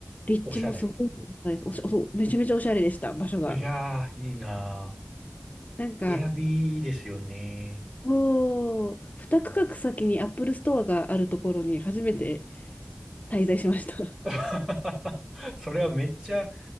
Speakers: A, on the left (about 40°); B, on the right (about 20°).
A: 立地もすごい良かったです。
B: おしゃれ。
A: おし、おそうめちゃめちゃおしゃれでした、場所が。
B: いやー、いいな
A: なんか、
B: ー。エアビーですよね。
A: そう、2区画先にアップルストアがあるところに初めて滞在しました。
B: <laughs> それはめっちゃ、